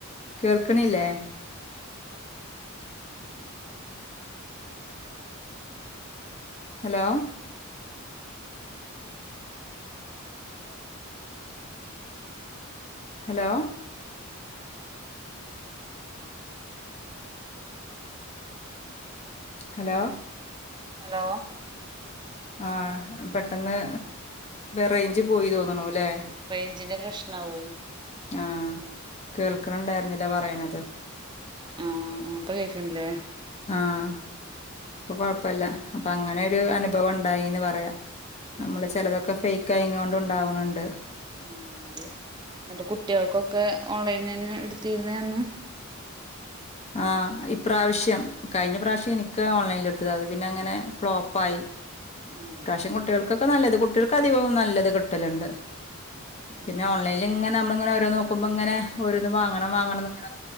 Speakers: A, on the left; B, on the right.
A: കേൾക്കണില്ലേ ഹലോ ഹലോ ഹലോ
B: ഹലോ
A: ആ പെട്ടെന്ന് റെയ്ഞ്ച് പോയി തോന്ന്ണൂലെ.
B: റേയ്ഞ്ചിന്റെ പ്രശ്നാവും അത്.
A: ആഹ് കേൾക്കണണ്ടായിരുന്നില്ല പറയ്ണത്.
B: ഉം ഉം ഇപ്പ കേക്ക്ണ്ട്ലെ.
A: ആഹ് ഇപ്പൊ കൊഴപ്പല്ല. അപ്പൊ അങ്ങനൊരു അനുഭവം ഇണ്ടായീന്ന് പറയാ.
B: ആഹ്
A: നമ്മള് ചെലതൊക്കെ ഫെയ്ക്ക് ആയി കൊണ്ട് ഇണ്ടാവ്ണ് ഇണ്ട്.
B: ആഹ് അതെ. ഇന്നട്ട് കുട്ട്യേൾക്കൊക്കെ ഓൺലൈൻനന്നെ ഇടുത്തിരുന്നെന്ന്.
A: ആ ഇപ്രാവശ്യം. കഴിഞ്ഞ പ്രാവശ്യം എനിക്ക് ഓൺലൈന്ല്ട്ത്ത്. അത് പിന്നെ അങ്ങനെ ഫ്ലോപ്പായി.
B: ആഹ്
A: ഇപ്രാവശ്യം കുട്ടികൾക്കൊക്കെ നല്ലത്. കുട്ടികൾക്ക് അധികവും നല്ലത് കിട്ടല്ണ്ട്.
B: ഉം.
A: പിന്നെ ഓൺലൈൻല് ഇങ്ങന നമ്മള്ങ്ങനെ ഓരോന്നോക്ക്മ്പങ്ങനെ ഓരോന്ന് വാങ്ങണം വാങ്ങണം ഇന്ന്ങ്ങനെ